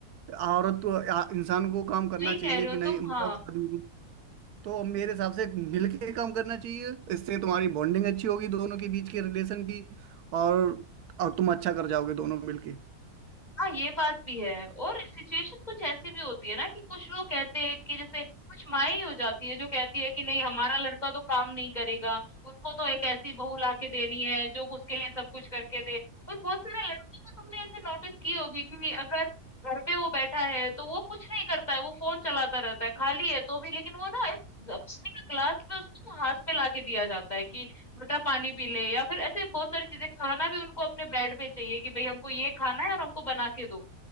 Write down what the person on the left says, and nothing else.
सही
कह रहे हो
तुम,
हाँ।
हाँ, ये बात भी है और सिचुएशन कुछ ऐसी भी होती है ना कि कुछ लोग कहते हैं कि जैसे कुछ माई हो जाती है जो कहती है कि नहीं हमारा लड़का तो काम नहीं करेगा, उसको तो एक ऐसी बहू लाके देनी है जो उसके लिए सब कुछ करके दे। और बहुत सारे लड़कों को तुमने ऐसे नोटिस की होगी कि अगर घर पे वो बैठा है तो वो कुछ नहीं करता है, वो फोन चलाता रहता है, खाली है तो भी लेकिन वो ना एक ग- पानी का ग्लास भी उसको ना हाथ पे लाके दिया जाता है कि मीठा पानी पी ले या फिर ऐसे बहुत सारी चीजें खाना भी उनको अपने बेड पे चाहिए कि भाई हमको ये खाना है और हमको बना के दो